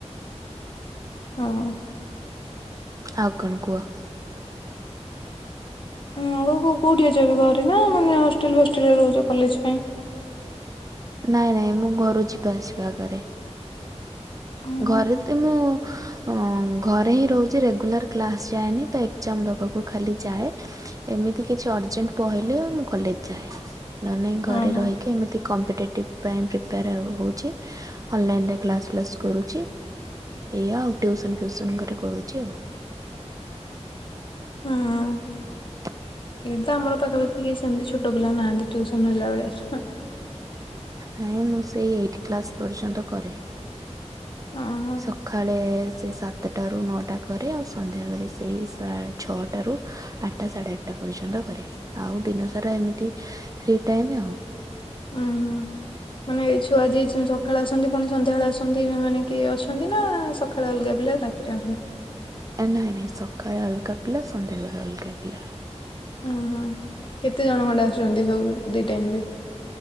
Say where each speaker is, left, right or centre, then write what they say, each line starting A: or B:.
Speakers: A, on the left; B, on the right.
A: ହଁ-
B: ଆଉ କଣ କୁହ?
A: ଉଁ ଆଉ କୋଉଠି ଅଛ, ଏବେ ଘରେ ନା ମାନେ ହଷ୍ଟେଲ ଫଷ୍ଟେଲ ରେ ରହୁଛ କଲେଜ ପାଇଁ?
B: ନାଇଁ ନାଇଁ ମୁଁ ଘରୁ ଯିବା ଆସିବା କରେ।
A: ଓହୋ
B: ଘରେ ତ ମୁଁ ଅଁ ଘରେ ହିଁ ରହୁଛି, ରେଗୁଲାର କ୍ଲାସ ଯାଏନି ତ ଏକ୍ଜାମ ଦବାକୁ ଖାଲି ଯାଏ। ଏମିତି କିଛି ଅର୍ଜେଣ୍ଟ ପହେଲେ ମୁଁ କଲେଜ ଯାଏ। ନଏ ନାଇଁ ଘରେ
A: ଓହୋ
B: ରହିକି ଏମିତି- କମ୍ପିଟେଟିଭ ପାଇଁ ପ୍ରିପେୟାର ହଉଛି, ଅନଲାଇନରେ କ୍ଲାସ ପ୍ଲାସ କରୁ। ରୁଚି ଏଇଆ ଆଉ ଟ୍ୟୁସନ ଫ୍ୟୁସନ ଘରେ କରୁଛି ଆଉ। <inaudible>
A: ହୁଁ। ଏଇଠି ତ ଆମର ପାଖାପାଖି ସେମିତି ଛୋଟ ପିଲା ନାହାନ୍ତି ଟ୍ୟୁସନ ହେଲା ଭଳିଆ।
B: ନାଇଁ ମୁଁ ସେଇ ଏଇଟ୍‌ କ୍ଲାସ ପର୍ଯ୍ୟନ୍ତ କରେ।
A: ଓହୋ।
B: ସଖାଳେ ସେଇ ସା ତାଟାରୁ ନଅଟା କରେ ଆଉ ସନ୍ଧ୍ୟାବେଳେ ସେଇ ସା ଛଅଟାରୁ ଆଠଟା ସାଢେ ଆଠଟା ପର୍ଯ୍ୟନ୍ତ କରେ, ଆଉ ଦିନ ସାରା ଏମିତି ଫ୍ରି ଟାଇମ ଆଉ। <inaudible>
A: ଉୁଁ ହୁଁ ମାନେ ଏଇ ଛୁଆ ଆଜି ସଖାଳେ ଆସନ୍ତି, ପୁଣି ସନ୍ଧ୍ୟାବେଳେ ଆସନ୍ତି, ମାନେ କି ଅଛନ୍ତି ନା ସଖାଳେ ଅଲଗା ପିଲା ତା <unintelligible>
B: ଆ ନାଇଁ ନାଇଁ ସକାଳେ ଅଲଗା ପିଲା ସନ୍ଧ୍ୟାବେଳେ ଅଲଗା ପିଲା।
A: ଉଁ ହୁଁ କେତେ ଜଣ ଖଣ୍ଡେ ଆସୁଚନ୍ତି ସବୁ ଦି ଟାଇମ୍ ରେ?